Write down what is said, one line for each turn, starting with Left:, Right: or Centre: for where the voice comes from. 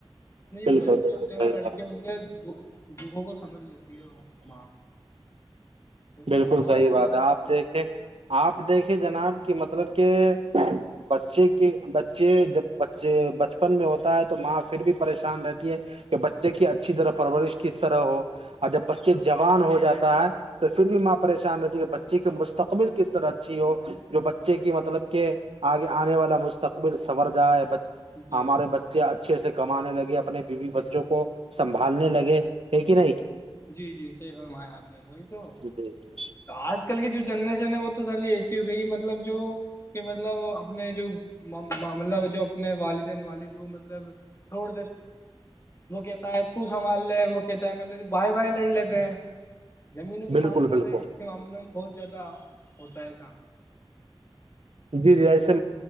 Left: اتنے جو
Right: بالکل
Left: بچے
Right: بالکل
Left: ہوتے ہیں نا
Right: صحیح
Left: لڑکے
Right: بات
Left: ان کے دو- دکھوں کو سمجھ لیتی ہے ماں کیونکہ
Right: بالکل
Left: ماں
Right: صحیح
Left: تو
Right: بات
Left: ماں
Right: ہے
Left: ہوتی
Right: آپ دیکھیں آپ دیکھے جناب کہ مطلب کہ بچے کے بچے جب بچے بچپن میں ہوتا ہے تو ماں پھر بھی پریشان رہتی ہے کہ بچے کی اچھی طرح پرورش کس طرح ہو اور جب بچے جوان ہو جاتا ہے تو پھر بھی ماں پریشان رہتی کہ بچی کے مستقبل کس طرح <unintelligible> ا ہو جو بچے کی مطلب کہ آگے آنے والا مستقبل سنور جائےائے
Left: جی
Right: ہمارے بچے اچھے سے کمانے لگے اپنے بیوی بچوں
Left: جی
Right: کو سنبھالنے لگے ہے کہ نہیں <unintelligible>
Left: جی جی سی فرمایا آپ نے بولی تو <unintelligible>
Right: جی <unintelligible>
Left: آج کل کی جو جنریشن ہے وہ تو سے ایسی ہو گئی ہے مطلب جو کہ مطلب اپنے جو مطلب جو اپنے والدین والد وہ مطلب تھوڑ وہ کہتا ہے تو سنبھال لے وہ کہتا ہے مطلب جو بھائی بھائی لڑ لیتے ہیں زمینوں کے
Right: بالکل
Left: معاملوں
Right: بالکل
Left: میں اس کے معاملوں میں بہت زیادہ ہوتا ہے ایسا
Right: جی جی ایسے